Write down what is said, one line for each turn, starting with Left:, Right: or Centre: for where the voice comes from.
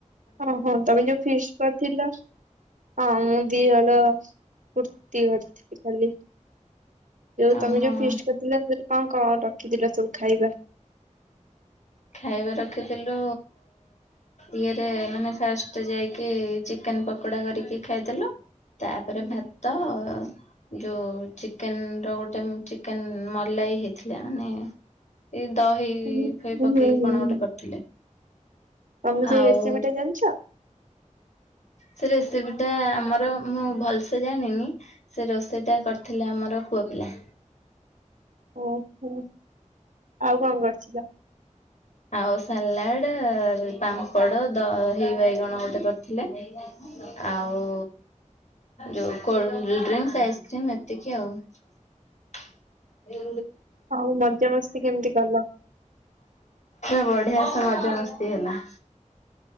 Right: ହଁ ହଁ ତମେ ଯୋଉ ଫିସ୍ଟ କରିଥିଲ? ହଁ ମୁ ଦିହଳ କୁର୍ତି କରିଥିଲି ଖାଲି। ଯୋଉ
Left: ଓହୋ।
Right: ତମେ ଯୋଉ ଫିଷ୍ଟ କରିଥିଲ ସେ କଅଁ କଅଁ ରଖିଥିଲ ସବୁ ଖାଇବା?
Left: ଖାଇବା ରଖିଥିଲୁ ଇଏରେ ମାନେ ଫାଷ୍ଟ ଯାଇକି ଚିକେନ ପକୋଡା କରିକି ଖାଇଦେଲୁ ତାପରେ
Right: ହୁଁ
Left: ଭାତ ଯୋଉ ଚିକେନ ର ଗୋଟେ ଚିକେନ ମଲାଇ ହେଇଥିଲା ମାନେ ଏଇ ଦହି
Right: ହୁଁ
Left: ଫଇ ପକେଇକି
Right: ହୁଁ
Left: କଣ ଗୋଟେ କରିଥିଲେ।
Right: ତମେ ସେଇ
Left: ଆଉ
Right: ରେସିପି ଟା ଜାଣିଛ?
Left: ସେଥିରେ ସେ ଗୋଟାଏ ଆମର ମୁଁ ଭଲସେ ଜାଣିନି ସେ ରୋଷେଇଟା କରିଥିଲେ ଆମର ପୁଅ ପିଲା।
Right: ଓହୋ ଆଉ କଣ କରିଥିଲ?
Left: ଆଉ ସାଲାଡ ପାମ୍ପଡ ଦଇ ବାଇଗଣ ଗୋଟେ କରିଥିଲେ। ଆଉ ଯୋଉ କୋଲଡ୍ରିସ୍ ଆଇସ୍କ୍ରିମ ଏତିକି ଆଉ। ତ
Right: ଆଉ ମଜାମସ୍ତି କେମିତି କଲ?
Left: <unintelligible> ବଡ଼ିଆସେ ମଜା ମସ୍ତି ହେଲା।